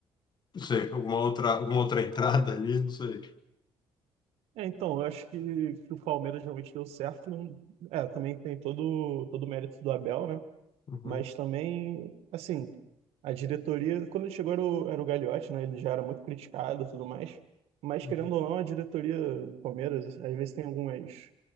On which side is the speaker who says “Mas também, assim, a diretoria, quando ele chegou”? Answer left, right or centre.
Right